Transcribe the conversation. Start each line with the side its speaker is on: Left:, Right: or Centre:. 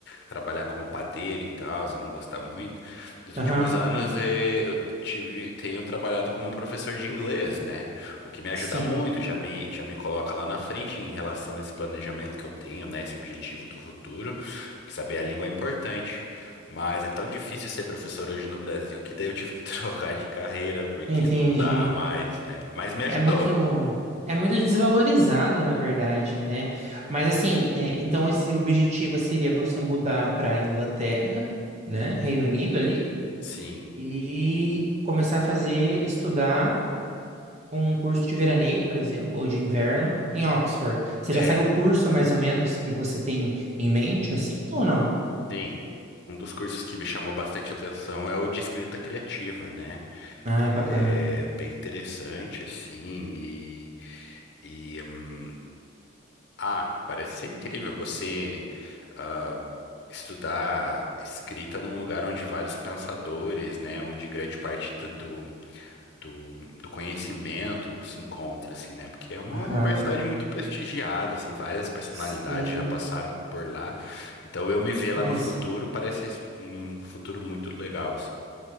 Left: trabalhar como padeiro e tal, e não gostar muito. Nos
Right: Aham.
Left: últimos anos eh, eu tive, tenho trabalhado como professor de inglês, né? O que me ajuda
Right: Sim,
Left: muito, já me, já me coloca lá na frente em relação a esse planejamento que eu tenho, né? Esse objetivo do futuro, porque saber a língua é importante. Mas é tão difícil ser professor hoje no Brasil que daí eu tive que <laughs> trocar de carreira, porque
Right: entendi.
Left: não dá mais, né? Mas me ajudou.
Right: É muito, é muito desvalorizado, na verdade, né? Mas assim, é, então esse objetivo seria você mudar para Inglaterra, né? Reino Unido ali,
Left: Sim,
Right: e começar a fazer, estudar um curso de veraneio, por exemplo, ou de inverno em Oxford. Você
Left: é,
Right: já sabe o curso mais ou menos que você tem em mente, assim, ou não?
Left: sim. Um dos cursos que me chamou bastante atenção é o de escrita criativa, né?
Right: Ah,
Left: É
Right: é bacana.
Left: bem interessante, assim, e, e, hum, Ah, parece ser incrível você ah, estudar escrita num lugar onde vários pensadores, né, onde grande parte do, do, do- do conhecimento se encontra, assim, né, porque é uma
Right: Aham,
Left: universidade muito prestigiada, assim, várias personalidades
Right: sim,
Left: já passaram por lá, então eu me ver lá
Right: mas
Left: no futuro parece um futuro muito legal, assim.